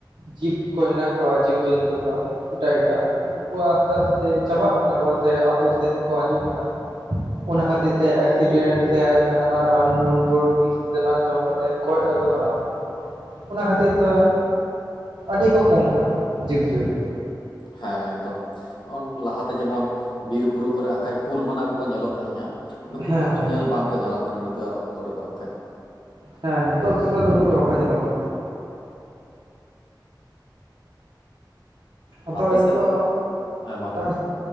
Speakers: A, on the right (about 65°); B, on the left (about 70°).
A: ᱡᱤᱵ ᱠᱚ ᱦᱮᱱᱟ ᱠᱚᱣᱟ ᱡᱤᱵᱡᱚᱱᱛᱩ ᱠᱚ ᱮᱴᱟ ᱮᱴᱟ ᱩᱱᱠᱩ ᱟᱥᱛᱮ ᱟᱥᱛᱮ ᱪᱟᱵᱟᱜ ᱠᱟᱱᱟ ᱠᱚ ᱥᱮ ᱟᱛᱳ ᱥᱮᱡ ᱠᱚ ᱦᱟᱡᱩᱜ ᱠᱟᱱᱟ ᱚᱱᱟ ᱠᱷᱟᱛᱤᱨ ᱛᱮ ᱮᱠᱥᱤᱰᱮᱱᱴ ᱥᱮ ᱡᱟᱦᱟᱱᱟᱜ ᱨᱟᱱ ᱢᱱᱜᱟᱹᱱ ᱵᱤᱥ ᱛᱮᱱᱟᱜ ᱡᱚᱢ ᱠᱟᱛᱮᱫ ᱠᱚᱭ ᱮᱫᱮ ᱫᱚ ᱠᱟᱱᱟ ᱠᱚ ᱚᱱᱟ ᱠᱷᱟᱹᱛᱤᱨ ᱛᱚ ᱟᱹᱰᱤ ᱠᱚ ᱠᱚᱢ ᱠᱟᱱᱟ ᱡᱤᱵᱽᱡᱤᱭᱟᱹᱞᱤ ᱫᱚ
B: ᱦᱮᱸ ᱮᱠᱫᱚᱢ ᱩᱱᱠᱩ ᱞᱟᱦᱟᱛᱮ ᱡᱮᱢᱚᱱ ᱵᱤᱨ ᱵᱩᱨᱩ ᱠᱚᱨᱮ ᱟᱠᱷᱟᱡ ᱠᱩᱞ ᱵᱟᱱᱟ ᱠᱚᱠᱚ ᱧᱮᱞᱚᱜ ᱛᱟᱦᱤᱸᱡ-ᱟ ᱱᱩᱠᱩ
A: ᱦᱮᱸ
B: ᱠᱚᱦᱚᱸ
A: ᱦᱮᱸ
B: ᱧᱮᱞ ᱵᱟᱝᱠᱚ ᱧᱮᱞᱚᱜ ᱠᱟᱱᱟ ᱱᱤᱛᱚᱜᱟ ᱚᱠᱛᱚ ᱨᱮᱫᱚ ᱟᱠᱷᱟᱡ
A: ᱦᱮᱸ ᱱᱤᱛᱚᱜ ᱛᱚᱯᱮ ᱫᱚ ᱩᱱᱟᱹᱜ ᱫᱚ ᱵᱟᱠᱚ ᱧᱮᱞᱚᱜ ᱠᱟᱱᱟ ᱟᱫᱚ
B: ᱟᱯᱮ
A: ᱤᱧᱫᱚ
B: ᱥᱮᱫ ᱦᱮᱸ ᱢᱟ ᱞᱟᱹᱭ
A: ᱟᱥ...
B: ᱢᱮ